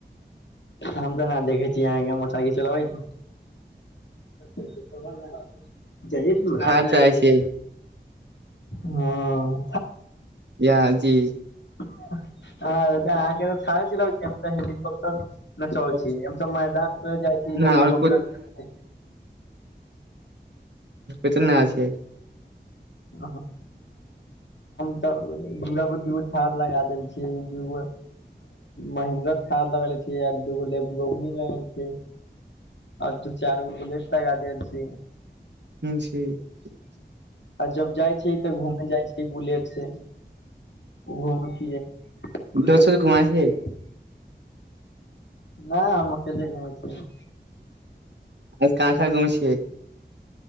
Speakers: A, on the left (about 85°); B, on the right (about 80°).
A: हम तऽ। कहा देखैछि। अहा के मोटरसाइकिल चलाबैत नहि जाइ
B: हाल चलाय छियै
A: हँ
B: ईहे कि
A: <unintelligible> हँऽ अहाँके तऽड़े तऽ हेलिकॉप्टर न चल
B: नहि
A: तऽ मैदानर जाइ छी हेलीकॉप्टर
B: आओर इतने आदमी
A: आ त दुराापुर ज लगा देल छै दुगो महन्द्रक खाद लगे छिय एक दूगो लेब गो लगे छ आ तू चार गो बुलेट लगा द छी
B: <inaudible>
A: आ जब जाइ छी त घूमे जाय छी बुलेट से खुशीै
B: दोसो
A: <inaudible>
B: घुमा छियै
A: नहि हम अकेले घुमै छिय
B: आज कहा कहा गुम छियै